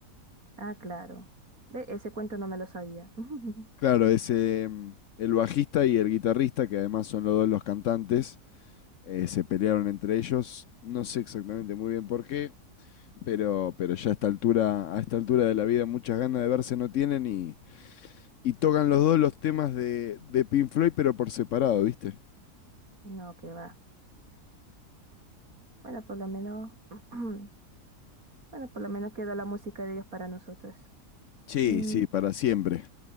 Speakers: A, on the right (about 60°); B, on the left (about 65°).
A: Ah, claro. Ve, ese cuento no me lo sabía. <laughs>
B: Claro, ese em, el bajista y el guitarrista, que además son los dos los cantantes, eh, se pelearon entre ellos. No sé exactamente muy bien por qué, pero, pero ya a esta altura, a esta altura de la vida, muchas ganas de verse no tienen y, y tocan los dos los temas de, de Pink Floyd, pero por separado, ¿viste?
A: No, que va. Bueno, por lo menos, <clears throat> bueno, por lo menos quedó la música de ellos para nosotros.
B: Sí,
A: Y
B: sí, para siempre.